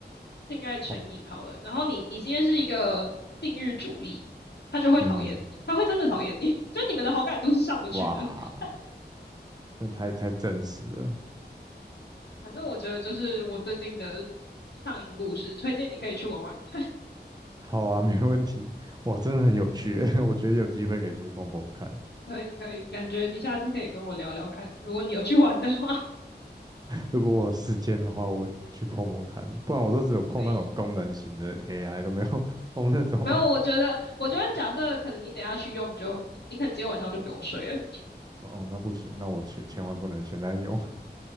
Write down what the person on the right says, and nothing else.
哇，
嗯，
哇，
真的太太真实了。
好啊，没问题。哇，真的很有趣欸，<laughs> 我觉得有机会可以去碰碰看。
如果我有时间的话，我去碰碰看，不然我都只有碰那种功能型的
AI，都没有 <laughs> 碰那种。
<laughs> 哦，那不行，那我千千万不能现在用。